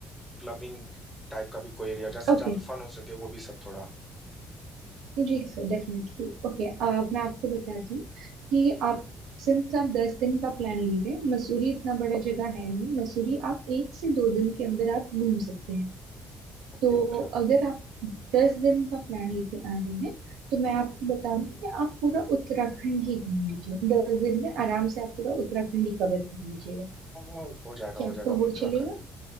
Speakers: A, in the centre; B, on the right.
A: क्लबिंग टाइप का भी कोई एरिया जैसे
B: ओके
A: जहाँ पे फन हो सके वो भी सब थोड़ा
B: जी सर डेफिनेटली ओके अ, मैं आपको बताती हूँ कि आप सिंस आप दस दिन का प्लान ले रहे हैं मसूरी इतना बड़ा जगह है नहीं मसूरी आप एक से दो दिन के अंदर आप घूम सकते हैं
A: Okay
B: तो
A: okay okay
B: अगर आप दस दिन का प्लान लेके आ रहे हैं तो मैं आपको बताऊंगी कि आप पूरा उत्तराखंड ही घूम लीजिए दस दिन में आराम से आप पूरा उत्तराखंड ही कवर कर लीजिएगा
A: हाँ, हो जाएगा
B: क्या
A: हो
B: आपको
A: जाएगा
B: वो
A: उत्तराखंड
B: चलेगा